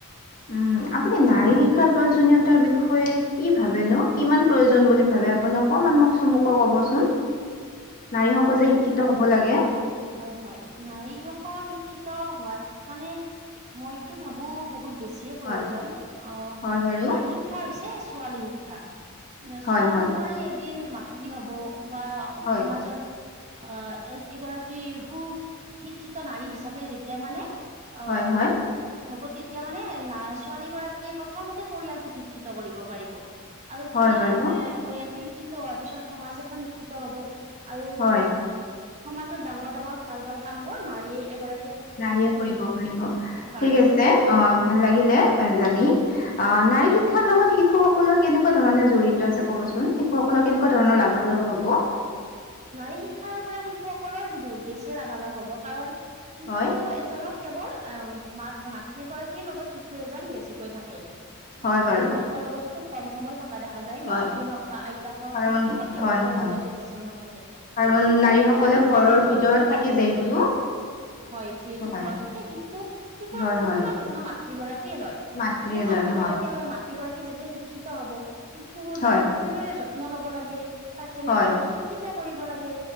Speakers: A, on the left (about 40°); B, on the right (about 35°).
A: উম আপুনি নাৰী শিক্ষাৰ প্ৰয়োজনীয়তাৰ বিষয়ে কি ভাবেনো কিমান প্ৰয়োজন বুলি ভাবে। আপুনি অকমান মোক চমুকৈ কবচোন নাৰীসকল
B: হয়
A: যে শিক্ষিত হ'ব লাগে
B: হয় হয় নাৰীসকল শিক্ষিত। হোৱাত মানে মইতো ভাবো বহুত বেছিয়ে প্ৰয়োজন
A: হয়,
B: অ
A: হয় বাৰু
B: নাৰী শিক্ষা হৈছে ছোৱালী শিক্ষা
A: হয়,
B: ছোৱালীবোৰে
A: হয়,
B: এদিন মাতৃ হ'ব বা
A: হয়,
B: সমাজত আহ এ এগৰাকী সু শিক্ষিত নাৰী হিচাপে যেতিয়া মানে। অ
A: হয়, হয়,
B: হ'ব তেতিয়া মানে না ছোৱালী গৰাকীয়ে প্ৰথমতে পৰিয়ালটোক শিক্ষিত কৰিব পাৰিব। আৰু
A: হয়
B: পৰিয়ালে
A: বাৰু
B: পৰিয়ালটো শিক্ষিত হোৱাৰ পিছত সমাজ এখন শিক্ষিত হব আৰু
A: হয়।
B: সমাজত ডাঙৰ ডাঙৰ ভাল ভাল কামবোৰ নাৰীয়ে এগৰাকী
A: নাৰীয়ে কৰিব পাৰিব
B: পাৰিব
A: ঠিক আছে
B: হয়
A: অ। ভাল লাগিলে জানি অ নাৰী শিক্ষাৰ লগত শিশুসকলৰ কেনেকুৱা কেনেকুৱা ধৰণে জড়িত আছে ক'বচোন শিশুকল কেনেুৱা ধৰণৰ লাভালাভ হব
B: হয় নাৰী শিক্ষাৰ পৰা শিশুসকলৰ বহুত বেছি লাভালাভ হব কাৰণ। শিশু
A: হয়,
B: এজনক কেৱল মাক মাতৃগৰাকীৰ লগত শিশু এজন বেছিকৈ থাকে। অ
A: হয় বাৰু
B: দেউতাকৰ লগত খুব কম সময় থাকে। দেখা যায়
A: হয়
B: মাতৃ হওঁক বা আইতাক হওঁক
A: কাৰণ
B: শিশুসকল তেওঁলোকৰ
A: হয়, হয়।
B: লগত। বেছি সময় থাকে
A: কাৰণ
B: শিশুক
A: নাৰীসকলে
B: আহ
A: ঘৰৰ
B: যেতিয়া যত্ন
A: ভিতৰত থাকে
B: লব
A: যিহেতু
B: হয় হয় যিহেতু
A: হয়,
B: ঘৰত থাকে শিশুক শিশুৰ
A: হয়,
B: সম্পূৰ্ণ
A: হয়।
B: যত্ন মাতৃ গৰাকীয়ে লয়।
A: মাতৃয়ে
B: যেতিয়া
A: লয়
B: মাতৃগৰাকীয়ে
A: হয়,
B: লয় মাতৃ। গৰাকী যেতিয়া শিক্ষিত হব শিশুজনক
A: হয়,
B: কেনেদৰে যত্ন লব লাগে,। তাক কেনেদৰে
A: হয়,
B: শিক্ষিত কৰিব লাগে,